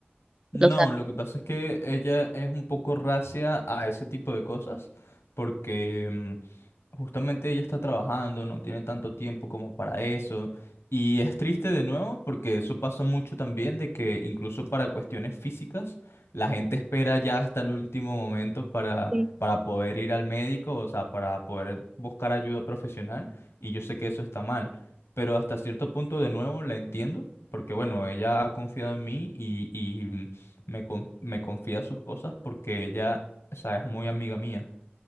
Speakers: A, on the left; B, on the right.
A: No,
B: ¿Lo sabes?
A: lo que pasa es que ella es un poco racia a ese tipo de cosas, porque Justamente ella está trabajando, no tiene tanto tiempo como para eso. Y es triste de nuevo porque eso pasa mucho también de que incluso para cuestiones físicas la gente espera ya hasta el último momento para,
B: Sí.
A: para poder ir al médico, o sea, para poder buscar ayuda profesional. Y yo sé que eso está mal, pero hasta cierto punto de nuevo la entiendo porque bueno, ella ha confiado en mí y, y me, con- me confía sus cosas porque ella, o sea, es muy amiga mía